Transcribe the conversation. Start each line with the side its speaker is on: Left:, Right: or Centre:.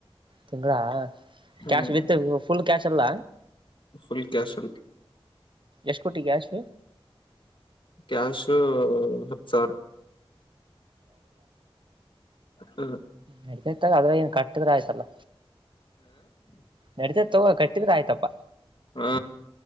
Right: ತಿಂಗಳಾ
Left: ಹ್ಮ್
Right: ಕ್ಯಾಶ್ ವಿತ್ ಫುಲ್ ಕ್ಯಾಶ್ ಎಲ್ಲ
Left: ಫುಲ್ ಕ್ಯಾಶ್ ಇರುತ್ತ
Right: ಎಷ್ಟ ಕೊಟ್ಟಿ ಕ್ಯಾಷ್
Left: ಕ್ಯಾಶ್ ಹತ್ತು ಸಾವಿರ. ಹ್ಮ
Right: ನಡ್ತೈತಾಗ ಅದ್ರ ಏನ್ ಕಟ್ಟಿದ್ರ ಆಯ್ತಲ್ಲ ನಡತ ತಗ ಕಟ್ಟಿದ್ರೆ ಆಯ್ತಪ್ಪ
Left: ಹಾ